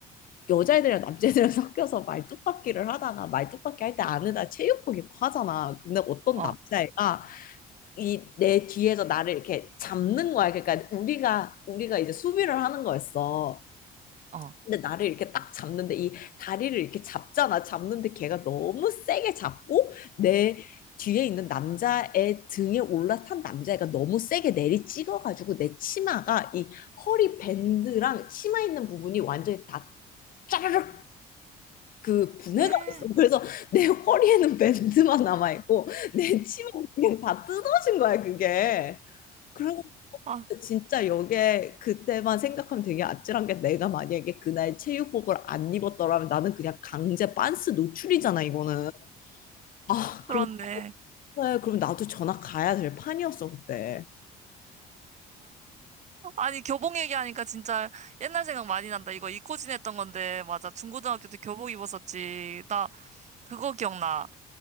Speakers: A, on the left; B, on the right.
A: 여자애들이랑 남자애들이랑 <laughs> 섞여서 말뚝박기를 하다가, 말뚝박기 할 때 안에다 체육복 입고 하잖아. 근데 어떤
B: 어,
A: 남자애가, 이 내 뒤에서 나를 이렇게 잡는 거야. 그러니까 우리가 우리가 이제 수비를 하는 거였어.
B: 어.
A: 근데 나를 이렇게 딱 잡는데 이 다리를 이렇게 잡잖아. 잡는데 걔가 너무 세게 잡고 내 뒤에 있는 남자의 등에 올라탄 남자애가 너무 세게 내리 찍어가지고 내 치마가 이 허리 밴드랑 치마 있는 부분이 완전히 다 짜르륵 그 분해가
B: 에
A: 됐어. 그래서 내 허리에는 밴드만 남아있고 내 치마 그냥 다 뜯어진 거야 그게. 그래
B: 아,
A: 진짜 기게 그때만 생각하면 되게 아찔한 게 내가 만약에 그날 체육복을 안 입었더라면 나는 그냥 강제 빤스 노출이잖아 이거는 아
B: 그렇네.
A: 그럼 그래, 그럼 나도 전학 가야 될 판이었어 그때
B: 아니, 교복 얘기하니까 진짜 옛날 생각 많이 난다. 이거 입고 지냈던 건데, 맞아. 중고등학교 때 교복 입었었지. 나 그거 기억나.